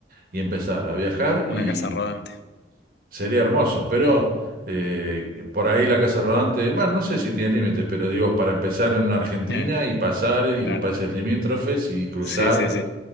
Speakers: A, on the right; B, on the left.
A: y empezar a viajar y
B: una casa rodante, <laughs>
A: sería hermoso. Pero eh, por ahí la casa rodante, bueno, no sé si tiene límites, pero digo, para empezar en una Argentina
B: Eh,
A: y pasar y
B: claro,
A: países limítrofes y cruzar
B: sí, sí, sí.